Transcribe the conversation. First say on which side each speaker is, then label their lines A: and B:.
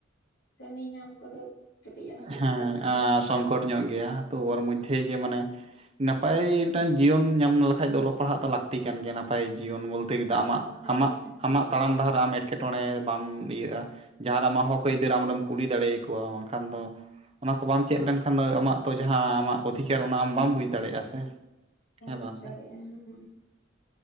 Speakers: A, on the left; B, on the right.
A: ᱠᱟᱹᱢᱤ ᱧᱟᱢ ᱠᱚᱫᱚ ᱠᱟᱹᱴᱤᱡ ᱟᱥᱟ ᱦᱚᱸ
B: ᱦᱮᱸ
A: ᱠᱚᱢ ᱜᱮ
B: ᱥᱚᱝᱠᱚᱴ ᱧᱚᱜ ᱜᱮᱭᱟ ᱛᱚ ᱚᱨ ᱢᱚᱫᱽᱫᱷᱮ ᱜᱮ ᱢᱟᱱᱮ ᱱᱟᱯᱟᱭ ᱢᱤᱫᱴᱟᱝ ᱡᱤᱭᱚᱱ ᱧᱟᱢ ᱞᱮᱠᱷᱟᱱᱡ ᱫᱚ ᱚᱞᱚᱜ ᱯᱟᱲᱦᱟᱜ ᱫᱚ ᱞᱟᱹᱠᱛᱤ ᱠᱟᱱ ᱜᱮᱭᱟ ᱱᱟᱯᱟᱭ ᱡᱤᱭᱚᱱ ᱵᱚᱞᱛᱮ <inaudible> ᱠᱮᱫᱟ
A: ᱞᱟᱹᱠᱛᱤ
B: ᱟᱢᱟᱜ
A: ᱠᱟᱱ
B: ᱟᱢᱟᱜ
A: ᱜᱮᱭᱟ ᱦᱮᱸ
B: ᱟᱢᱟᱜ ᱛᱟᱲᱟᱢ ᱰᱟᱦᱟᱨ ᱟᱢ ᱮᱴᱠᱮᱴᱚᱬᱮ ᱵᱟᱢ ᱤᱭᱟᱹᱜᱼᱟ ᱡᱟᱦᱟᱸ ᱨᱮ ᱟᱢᱟᱜ ᱦᱚᱸᱠ ᱟᱭᱫᱟᱹᱨ ᱟᱢᱨᱮᱢ ᱠᱩᱞᱤ ᱫᱟᱲᱮᱭᱟᱠᱚᱣᱟ ᱵᱟᱝᱠᱷᱟᱱ ᱫᱚ ᱚᱱᱟ ᱠᱚ ᱵᱟᱢ ᱪᱮᱫ ᱞᱮᱱᱠᱷᱟᱱ ᱫᱚ ᱟᱢᱟᱜ ᱛᱚ ᱡᱟᱦᱟᱸ ᱟᱢᱟᱜ ᱚᱫᱷᱤᱠᱟᱨ ᱚᱱᱟ ᱟᱢ ᱵᱟᱢ ᱵᱩᱡᱽ ᱫᱟᱲᱮᱭᱟᱜᱼᱟ ᱥᱮ
A: ᱵᱟᱢ
B: ᱦᱮᱸ
A: ᱵᱩᱡᱽ
B: ᱵᱟᱝ ᱥᱮ
A: ᱫᱟᱲᱮᱭᱟᱜᱼᱟ ᱦᱮᱸ